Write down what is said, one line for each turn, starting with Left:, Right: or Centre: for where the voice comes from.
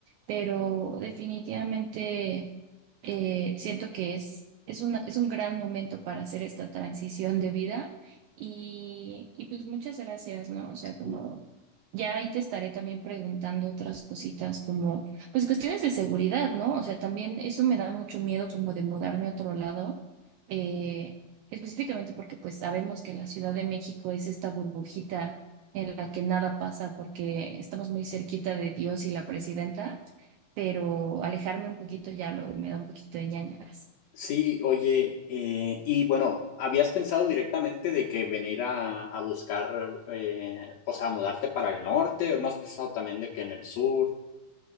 Right: pero definitivamente eh, siento que es, es una, es un gran momento para hacer esta transición de vida y, y pues muchas gracias, ¿no? O sea,
Left: Sí,
Right: como ya ahí te estaré también preguntando otras cositas como, pues cuestiones de seguridad, ¿no? O sea, también eso me da mucho miedo como de mudarme a otro lado. Eh, específicamente porque pues sabemos que la Ciudad de México es esta burbujita en la que nada pasa porque estamos muy cerquita de Dios y la presidenta, pero alejarme un poquito ya luego me da un poquito de ñañaras.
Left: Sí, oye, eh, y bueno, ¿habías pensado directamente de que venir a, a buscar, eh, o sea, mudarte para el norte, o no has pensado también de que en el sur?